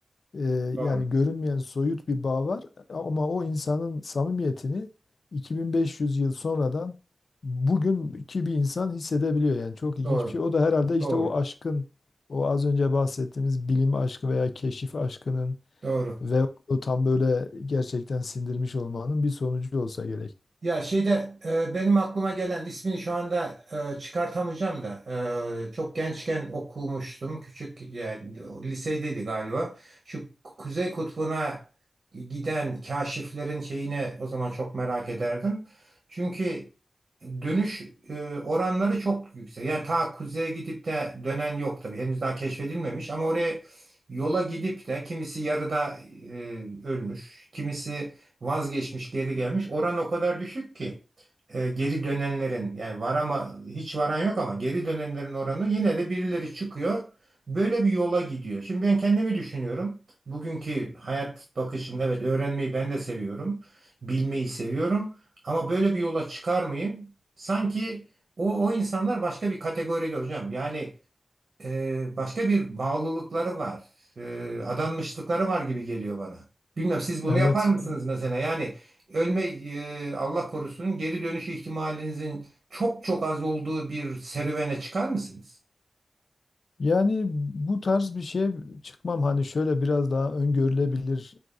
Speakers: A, on the left; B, on the right.
A: E,
B: Doğru.
A: yani görünmeyen soyut bir bağ var. Ama o insanın samimiyetini 2500 yıl sonradan bugünkü bir insan hissedebiliyor. Yani çok ilginç
B: Doğru.
A: bir şey. O da herhalde işte
B: Doğru.
A: o aşkın, o az önce bahsettiğimiz bilim aşkı veya keşif aşkının
B: Doğru.
A: ve onu tam böyle gerçekten sindirmiş olmanın bir sonucu olsa gerek.
B: Ya şeyde e, benim aklıma gelen ismini şu anda e, çıkartamayacağım da e, çok gençken okumuştum. Küçük yani o lisedeydi galiba. Şu Kuzey Kutbu'na giden kaşiflerin şeyine o zaman çok merak ederdim. Çünkü dönüş e, oranları çok yüksek. Yani ta kuzeye gidip de dönen yok tabii. Henüz daha keşfedilmemiş ama oraya yola gidip de kimisi yarıda e, ölmüş, kimisi vazgeçmiş geri gelmiş. Oran o kadar düşük ki e, geri dönenlerin yani var ama hiç varan yok ama geri dönenlerin oranı yine de birileri çıkıyor. Böyle bir yola gidiyor. Şimdi ben kendimi düşünüyorum. Bugünkü hayat bakışım evet öğrenmeyi ben de seviyorum. Bilmeyi seviyorum. Ama böyle bir yola çıkar mıyım? Sanki o, o insanlar başka bir kategoride hocam. Yani e, başka bir bağlılıkları var. E, adanmışlıkları var gibi geliyor bana. Bilmem siz bunu
A: Evet,
B: yapar mısınız mesela? Yani ölme e, Allah korusun geri dönüş ihtimalinizin çok çok az olduğu bir serüvene çıkar mısınız?
A: Yani bu tarz bir şeye çıkmam hani şöyle biraz daha öngörülebilir